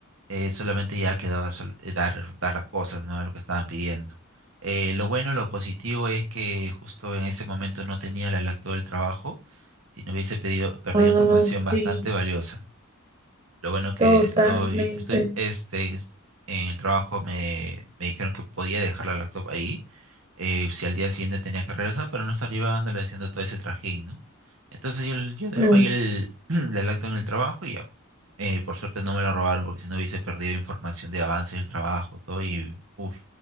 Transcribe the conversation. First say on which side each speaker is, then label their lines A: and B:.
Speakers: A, on the right; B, on the right.
A: eh, solamente ya quedaba sol- eh, dar, dar las cosas, ¿no? A lo que estaban pidiendo. Eh, lo bueno, lo positivo es que justo en ese momento no tenía la laptop del trabajo, si no hubiese pedido, perdido
B: Ah,
A: información bastante
B: sí,
A: valiosa. Lo bueno que
B: totalmente.
A: estoy, estoy, este, es- en el trabajo me, me dijeron que podía dejar la laptop ahí, eh, si al día siguiente tenía que regresar para no estar llevándole haciendo todo ese trajín, ¿no? Entonces yo, yo dejo
B: Mm,
A: ahí el, <clears throat> la lacto en el trabajo y ya. Eh, por suerte no me lo robaron porque si no hubiese perdido información de avances del trabajo, todo y uff,